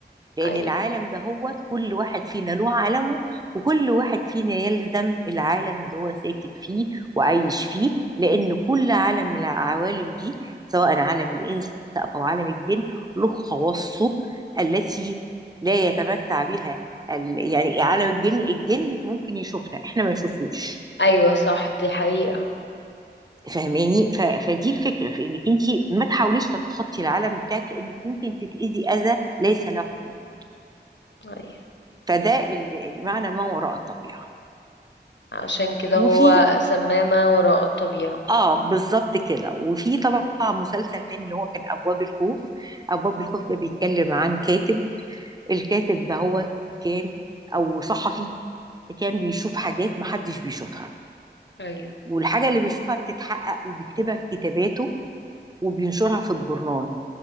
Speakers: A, on the right; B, on the left.
A: لأن
B: ايوه
A: العالم ده هو كل واحد فينا له عالمه وكل واحد فينا يلزم العالم اللي هو ساكن فيه وعايش فيه لأن كل عالم من العوالم دي سواء عالم الإنس أو عالم الجن له خواصه التي لا يتمتع بها ال- يعني عالم الجن الجن ممكن يشوفنا احنا ما نشوفوش
B: ايوه صح دي حقيقة
A: فاهماني ف... فدي الفكره في انك انت ما تحاوليش تتخطي العالم بتاعك لانك ممكن تتاذي اذى ليس له حدود
B: ايوه
A: فده ال- المعنى ما وراء الطبيعه
B: عشان كده
A: وفي
B: هو سماه ما وراء الطبيعة
A: اه بالظبط كده وفي طبعا مسلسل تاني اللي هو كان ابواب الخوف ابواب الخوف ده بيتكلم عن كاتب الكاتب ده هو كان او صحفي كان بيشوف حاجات محدش بيشوفها
B: ايوه
A: والحاجة اللي بيشوفها بتتحقق وبيكتبها في كتاباته وبينشرها في الجورنال